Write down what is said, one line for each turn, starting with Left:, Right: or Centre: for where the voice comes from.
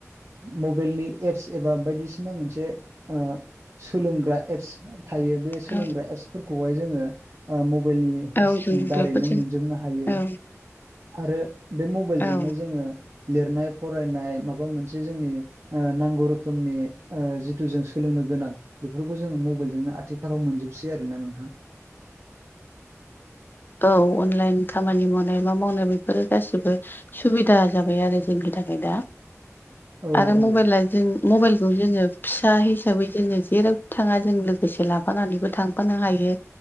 Right: मबाइलनि एप्स एबा बायदिसिना मोनसे ओ सोलोंग्रा एप्स। थायो बे सोलोंग्रा
Left: औ
Right: एपसफोरखौहाय जोङो ओ मबाइलनि
Left: औ जों
Right: दारैनो
Left: बेफोरजों
Right: मोनजोबनो हायो
Left: औ
Right: आरो बे मबाइलजोंनो
Left: औ
Right: जोङो। लिरनाय फरायनाय माबा मोनसे जोंनि। ओ नांगौ रोखोमनि जिथु जों सोलोंनो गोनां बेफोरखौ जोङो मबाइलजोंनो खाथिखालाव मोनजोबसै आरो ना नोंथां।
Left: औ अनलाइन खामानि मावनाय मा मावनाय बेफोरो गासिबो सुबिदा जाबाय आरो जोंनि थाखाय दा
Right: औ
Left: आरो
Right: औ
Left: मबाइला जों मबाइलखौ जोङो फिसा हिसाबै जोङो जेराव थाङा जों लोगोसे लाफानानैबो थाङो। लांफानो हायोायो।